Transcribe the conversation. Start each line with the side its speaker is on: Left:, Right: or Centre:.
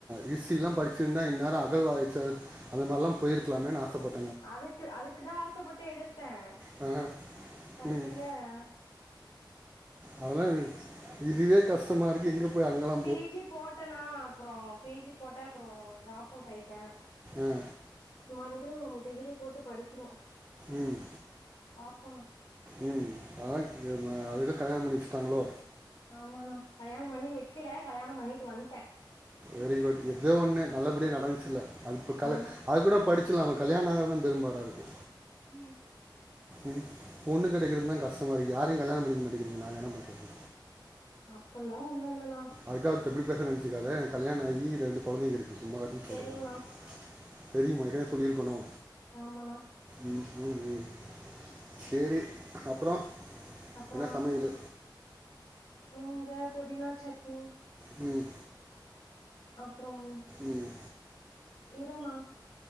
Right: ஹிஸ்ட்ரில்லா படிச்சிருந்தா இந்நேரோ அகழ்வாய்ச்சர் அந்த மார்லாம் போயிருக்கலாமேனு ஆசப்பட்
Left: அதுக்கு அதுக்கு தா ஆசப்பட்டு எடுத்தேன்
Right: ஆ
Left: கடசில
Right: ம்
Left: ஆ
Right: அதெல்லா வி இதுவே கஷ்டமா இருக்கு எங்க போய் அங்கல்லா
Left: பீ ஜி போட்டனா அப்புறம் பீ ஜி ப் போட்ட அப்புறம் ட்ராப் அவுட் அயிட்டேன்
Right: ஆ
Left: மறுபடியும் டிகிரி போட்டு படிக்கணும்
Right: ம்
Left: பாப்போனா
Right: ம் அதான் அதுக்கு தான் கல்யாணம் பண்ணி வச்சுட்டாங்களோ
Left: ஆமாணா கல்யாணம் பண்ணி வெக்கல கல்யாணம் பண்ணிட்டு வந்ட்ட
Right: வெரி குட் எப்டியோ ஒண்ணு நல்லபடியா நடந்துச்சுல அதுக்கு பி
Left: ஆ
Right: அது கூட படிச்சில்லாம கல்யாண மாகுறது தா பெரும் பாடாருக்கு
Left: ம்
Right: ம் பொண்ணு கெடைக்கிறது தா கஸ்டமா இருக் யாரையும் கல்யாணம் பண்ணிக்க மாட்டேங்கிறீங்க நாங்க என்ன பண்றது
Left: அப்பல்லா ஒண்ணு இல்லன்னா
Right: அதுக்காக இப்டி பேசுறனு நெனச்சுக்காத எனக்கு கல்யாண ஆகி ரெண்டு கொழந்தைங்க இருக்கு சும்மா காட்டியு சொல்ற
Left: தெரியுண்ணா
Right: நானு தெரியுமா ஏற்கனவே சொல்லி இருக்கனோ
Left: ஆமாண்ணா
Right: ம் ம் ம் சேரி அப்புறம்
Left: அப்புறண்ணா
Right: என்ன சமயலு
Left: இங்க பொதினா சட்னி
Right: ம்
Left: அப்புறம்
Right: ம்
Left: இருமா